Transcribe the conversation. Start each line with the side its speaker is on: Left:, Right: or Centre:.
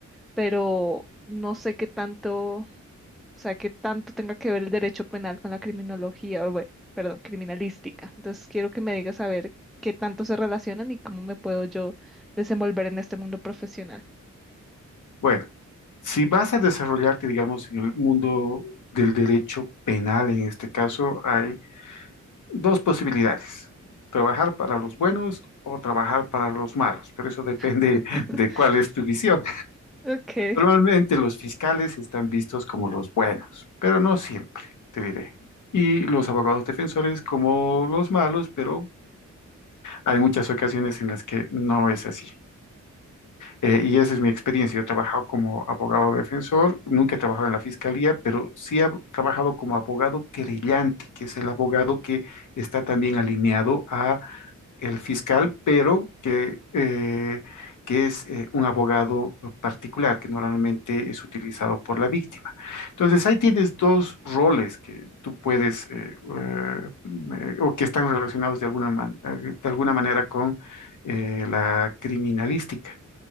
Centre: pero no sé qué tanto, o sea, qué tanto tenga que ver el derecho penal con la criminología, o bueno, perdón, criminalística. Entonces quiero que me digas a ver qué tanto se relacionan y cómo me puedo yo desenvolver en este mundo profesional.
Left: Bueno, si vas a desarrollarte, digamos, en el mundo del derecho penal, en este caso, hay dos posibilidades, trabajar para los buenos o trabajar para los malos, pero eso depende
Centre: <laughs>
Left: <laughs> de cuál es tu visión.
Centre: Ok.
Left: Normalmente los fiscales están vistos como los buenos, pero no siempre, te diré. Y los abogados defensores como los malos, pero hay muchas ocasiones en las que no es así. Eh, y esa es mi experiencia. Yo he trabajado como abogado defensor, nunca he trabajado en la fiscalía, pero sí he trabajado como abogado querellante, que es el abogado que está también alineado a el fiscal, pero que, eh, que es eh, un abogado particular que normalmente es utilizado por la víctima. Entonces, ahí tienes dos roles que tú puedes, eh, eh, o que están relacionados de alguna, man- eh, de alguna manera con eh, la criminalística.